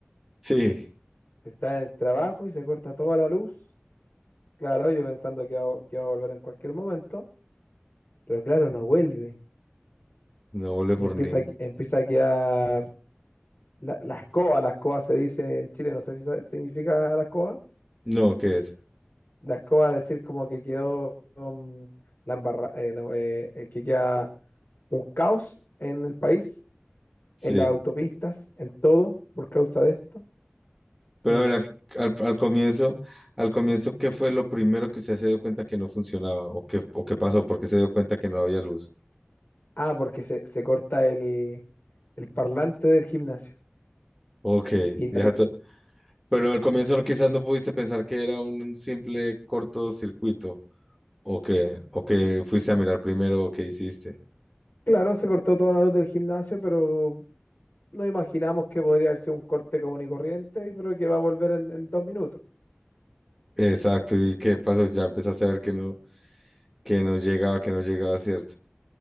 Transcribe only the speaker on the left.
Está en el trabajo y se corta toda la luz. Claro, yo pensando que va, que va a volver en cualquier momento. Pero claro, no vuelve.
Y
empieza,
a- que- empieza a quedar la, la escoba. La escoba se dice en Chile, no sé si sa- significa la escoba.
La escoba decir como que quedó um, la embarra- eh, no, eh, eh, que queda un caos en el país
en las autopistas, en todo, por causa de esto.
Eh,
ah, porque se, se corta el, el parlante del gimnasio
y
la luz.
Claro, se cortó toda la luz del gimnasio, pero no imaginamos que podría haber sido un corte común y corriente, pero que va a volver en, en dos minutos.